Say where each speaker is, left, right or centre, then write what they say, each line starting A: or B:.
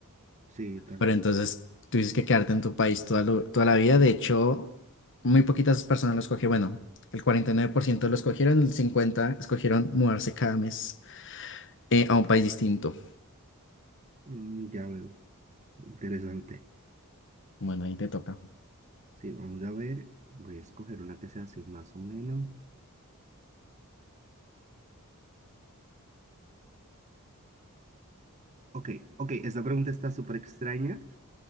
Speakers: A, on the right (about 35°); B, on the left (about 60°).
A: Sí, tal
B: Pero entonces
A: cual.
B: tú dices que quedarte en tu país toda, lo- toda la vida. De hecho, muy poquitas personas lo escogieron. Bueno, el 49% lo escogieron, el 50% escogieron mudarse cada mes eh, a un país distinto.
A: Mm, ya veo, interesante.
B: Bueno, ahí te toca.
A: Sí, vamos a ver. Voy a escoger una que sea así más o menos. Ok, ok, esta pregunta está súper extraña.